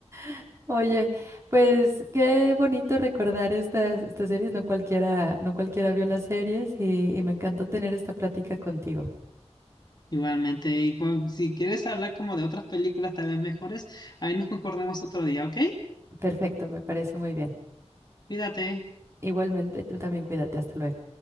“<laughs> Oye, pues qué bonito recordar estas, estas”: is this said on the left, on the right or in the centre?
Right